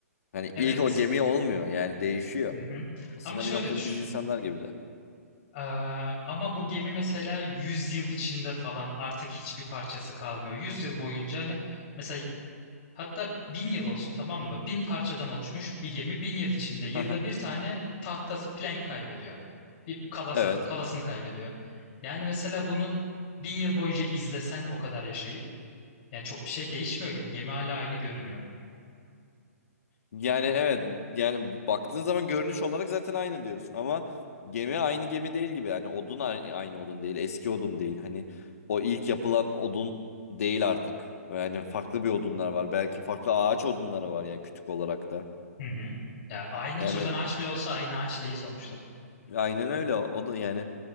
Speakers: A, on the left; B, on the left.
A: Hani
B: Evet.
A: ilk o gemi olmuyor yani değişiyor.
B: Hı hı.
A: Aslında
B: Ama şöyle
A: bir noktada
B: düşün.
A: biz insanlar gibi de.
B: Ee, ama bu gemi mesela 100 yıl içinde falan artık hiçbir parçası kalmıyor. Yüz yıl boyunca hani mesela hatta bin yıl olsun tamam mı? 1000 parçadan oluşmuş bir gemi 1000 yıl içinde yılda
A: Hı hı.
B: bir tane tahta plank kaybediyor. Bir kalasa,
A: Evet.
B: kalasını kaybediyor. Yani mesela bunu 1000 yıl boyunca izlesen o kadar yaşayıp Yani çok bir şey değişmiyor gibi. Gemi hala aynı görünüyor.
A: Yani evet yani baktığın zaman görünüş olarak zaten aynı diyorsun ama gemi aynı gemi değil gibi yani odun ay- aynı odun değil eski odun değil hani o ilk yapılan odun değil artık yani farklı bir odunlar var belki farklı ağaç odunları var yani kütük olarak da
B: Hı hı. Ya aynı
A: yani
B: türden ağaç bile olsa aynı ağaç değil sonuçta.
A: aynen öyle o da yani